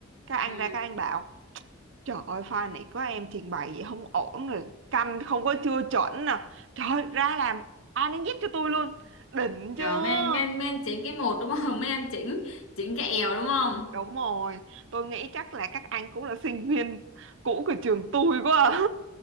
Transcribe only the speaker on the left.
ừ.
trời
mấy anh mấy anh mấy anh chỉnh cái một đúng không <laughs> mấy anh chỉnh chỉnh cái èo đúng không